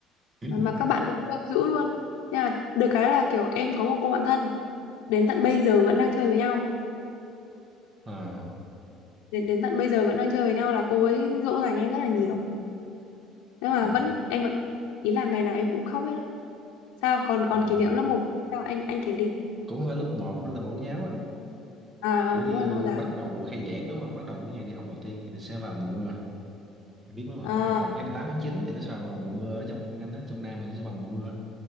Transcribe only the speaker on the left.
Mà, mà các bạn cũng trêu dữ luôn. Nhưng mà được cái là kiểu em có một cô bạn thân đến tận bây giờ vẫn đang chơi với nhau.
Đến đến tận bây giờ vẫn đang chơi với nhau là cô ấy dỗ dành em rất là nhiều. Nhưng mà
vẫn em vẫn ý là ngày nào em cũng khóc hết á. Sao còn còn
kỷ niệm lớp một sao anh anh kể đi.
À ờ,
đúng rồi mẫu giáo.
À